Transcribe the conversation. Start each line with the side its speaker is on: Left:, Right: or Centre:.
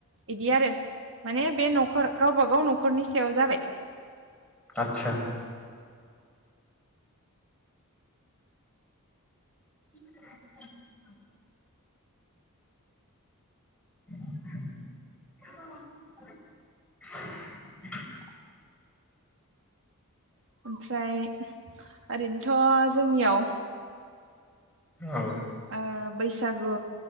Right: इदि आरो माने बे न'खर गावबा गाव न'खरनि सायाव जाबाय
Centre: आतसा <inaudible> <inaudible>
Right: ओमफ्राय ओरैनोथ' जोंनियाव
Centre: औ
Right: ओ बैसागु